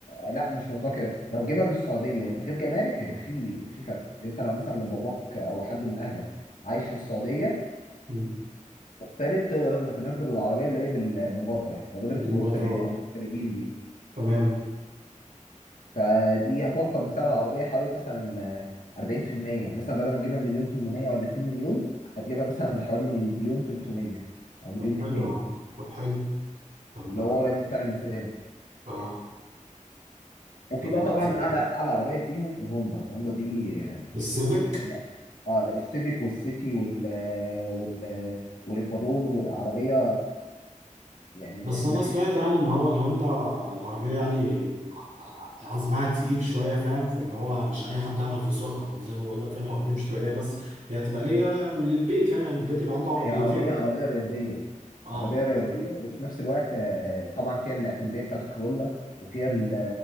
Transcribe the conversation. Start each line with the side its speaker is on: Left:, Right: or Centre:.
Left: آه، لا مش موضوع كده لو جيبها من السعودية من غير جمارك هيبقى في في فرق يعني انت لو مثلا لو باباك او حد من اهلك عايش في السعودية
Right: مم.
Left: مغترب تقدر تنزل العربية اللي هي بال- بالمبادرة مبادرة
Right: بالمبادرة
Left: المغتبر-
Right: اه
Left: المغتربين دي
Right: تمام
Left: فدي هتوفر من سعر العربية حوالي مثلا آه، 40% مثلا بدل ما تجيبها بمليون 800 ولا 2 مليون هتجيبها مثلا بحوالي مليون 300 او مليون
Right: طب
Left: 200
Right: حلو يا عم طب حلو طب
Left: اللي
Right: ما
Left: هو قريب من سعر الميزانيه
Right: اه
Left: وفي
Right: طب
Left: بقى
Right: ما
Left: طبعا
Right: دي آه،
Left: اعلى اعلى عربيه فيهم الهوندا الهوندا دي
Right: السيفيك
Left: يعني اه لا، السيفيك والسيتي وال وال والاكوادور والعربيه يعني
Right: بس
Left: ما
Right: انا
Left: فيش
Right: سمعت يعني ان هو الهوندا العربيه يعني ع- عزمها تقيل شويه فاهم فاللي هو مش اي حد يعرف يسوقها وزي ما بقول لك فاهم العربيه مش تبقى ليا بس هي هتبقى ليا وللبيت فاهم يعني البيت يبقى عنده عربيتين
Left: هي عربيه عربيه رياضيه
Right: اه
Left: عربيه رياضيه وفي نفس الوقت آه، طبعا فيها الاعتماديه بتاعت الكورولا وفيها
Right: مم.
Left: ال-